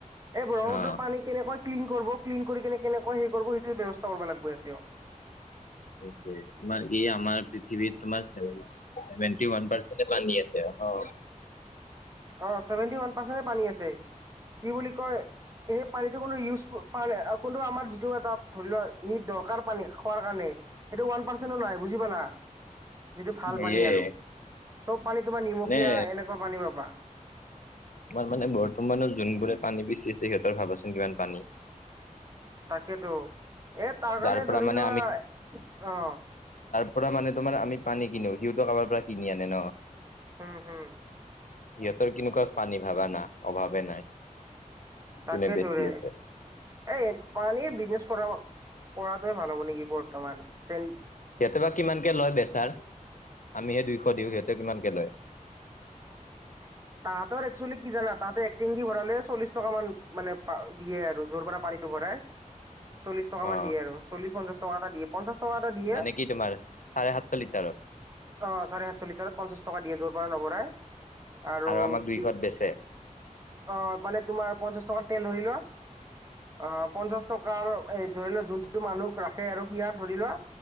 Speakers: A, on the right; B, on the left.
A: এই ব্ৰহ্মপুত্ৰৰ
B: অ,
A: পানী অই ক্লিন কৰিব, ক্লিন কৰিকেনে কেনেকুৱা হেই কৰিব সেইটোৰ ব্যৱস্থা কৰিব লাগিব ইয়াতে।
B: সেইটোৱে তোমাৰ কি আমাৰ পৃথিৱীত তোমাৰ চেভে-চেভেণ্টি ওৱান পাৰ্চ পানী আছে অ।
A: অ চছেভেনটি ওৱান পাৰ্চেন্ট পানী আছে। কি বুলি কয়, এই পানীটো কোনটো ইউজ প <unintelligible> কোনটো আমাৰ যিটো এটা ধৰি লোৱা নিট দৰকাৰ পানী খোৱাৰ কাৰণে সেইটো ওৱান পাৰ্চেন্ত নাই বুজি পালা। যিটো ভাল
B: সেয়ে
A: পানী আৰু, চব পানী তোমাৰ নিমখীয়া
B: মানে
A: এনেকুৱা পানী পাবা।
B: তোমাৰ মানে বৰ্তমানৰ যোনবোৰে পানী বেচি আছে, সিহঁতৰ ভাবাচোন কিমান পানী।
A: তাকেতো এ তাৰ
B: যাৰ
A: কাৰণে
B: পৰা
A: ধৰি
B: মানে
A: লোৱা অ
B: পুৰা মানে তোমাৰ আমি পানী কিনো, সিহঁতো কাৰোবাৰ পৰা কিনি আনে ন।
A: হম হম।
B: সিহঁতৰ কেনেকুৱা পানী ভবা না অভাৱে নাই।
A: তাকেটোৰে,
B: যোনে বেছি আছে
A: এই পানীৰ বিজনেছ কৰা কৰাটোৱে ভাল হ'ব নেকি বৰ্তমান তেন
B: সিহঁতেৰ বা কিমানকে লয় বেচাৰ? আমিহে দুইশ দিওঁ। সিহঁতে কিমানকে লয়?
A: তাহাঁতৰ আৰু একচলি কি জানা তাহাঁতে টিঙদি ভৰালে চল্লিশ টকা মান মানে দিয়ে আৰু, যৰ পৰা পানীটো ভৰাই। চল্লিছটকা
B: অ',
A: মান দিয়ে আৰু, চল্লিছ পঞ্চাছ টকা এটা দি পঞ্চাশ টকা এটা দিয়ে,
B: মানে কি তোমাৰ চাৰে সাতশ লিটাৰত
A: অ চাৰে সাতশ লিটাৰত পঞ্চাশ টকা দিয়ে। যৰ পৰা নভৰাই। আৰু
B: আমাক দুইশত
A: কি,
B: বেচে
A: অ মানে তোমাৰ পঞ্চাশ টকাৰ তেল ধৰি লোৱা। অ পঞ্চাশ টকাৰ এ ধৰি লোৱা যোনটো মানুহ ৰাখে আৰু সেয়া ধৰি লোৱা